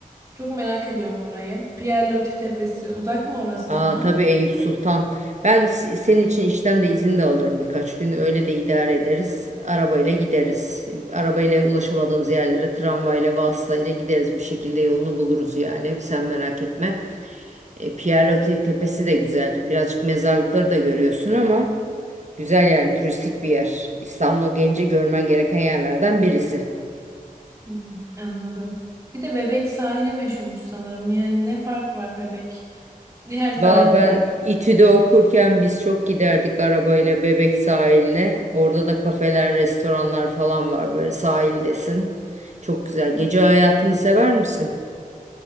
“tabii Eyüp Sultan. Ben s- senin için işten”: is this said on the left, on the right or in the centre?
Right